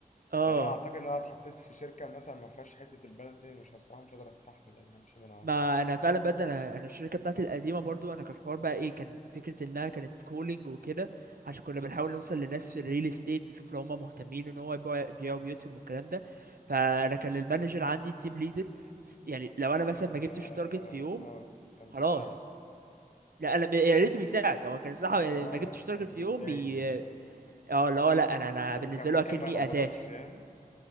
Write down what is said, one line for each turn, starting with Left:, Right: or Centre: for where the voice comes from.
Right: اه
Left: يعني انا اعتقد ان انا اتحطيت في شركة مثلا ما فيهاش حتة البالانس دي مش الصراحة مش هقدر استحمل يعني همشي منها على
Right: ما
Left: طول
Right: انا فعلا بجد انا انا الشركه بتاعتي القديمه برضو انا كان الحوار بقى ايه كان فكره انها كانت كولينج وكده عشان كنا بنحاول نوصل لناس في الريل استيت نشوف لو هم مهتمين ان هو يبيعوا يبيعوا بيوتهم والكلام ده فانا كان المانجر عندي التيم ليدر يعني لو انا مثلا
Left: كان
Right: ما جبتش
Left: اه
Right: تارجت في يوم
Left: آه، كان
Right: خلاص
Left: بيساعد
Right: لا انا يا ريته بيساعد هو كان الصراحه يعني
Left: اه
Right: ما جبتش تارجت
Left: كان
Right: في
Left: بيتضايق
Right: يوم بي
Left: يعني
Right: اه اللي هو لا انا انا
Left: طب
Right: بالنسبه
Left: وكان ممكن
Right: له اكني
Left: ما يقبضكش
Right: اداه
Left: يعني